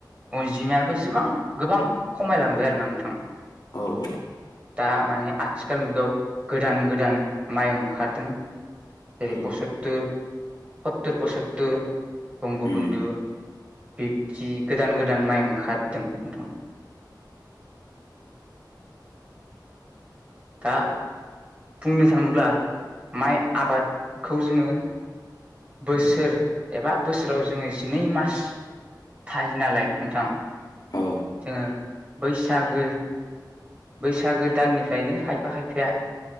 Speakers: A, on the right; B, on the left.
A: अनजिमायाबो जिबां गोबां खमायलांबाय आरो ना नोंथां
B: औ औ
A: दा माने आथिखाल मुगायाव गोदान गोदान माइ ओंखारदों जेरै
B: उम
A: पसततर, सततर, पसततर, बंगबन्धु
B: उम
A: बिबादि गोदान गोदान माइ ओंखारदों नोंथां दा बुंनो थाङोब्ला माइ आबादखौ जोङो बोसोर एबा बोसोराव जोङो जिनै मास थायो नालाय नोंथां
B: औ
A: जोङो बैसागो बैसागो दाननिफ्रायनो खायफा खायफाया